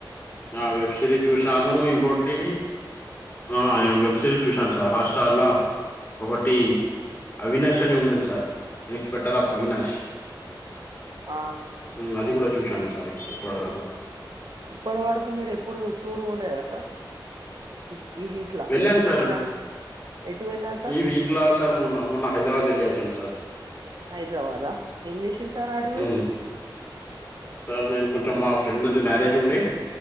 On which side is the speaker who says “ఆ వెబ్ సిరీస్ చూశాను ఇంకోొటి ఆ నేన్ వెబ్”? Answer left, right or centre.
Left